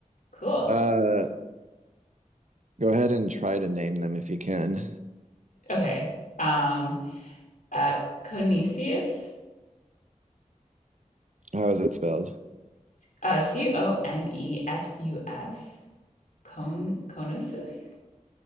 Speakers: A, on the left; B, on the right.
A: Cool.
B: Uh, go ahead and try to name them if you can.
A: Okay. Um, uh, Conesius,
B: How is it spelled?
A: uh, C-O-N-E-S-U-S, Con Conesus?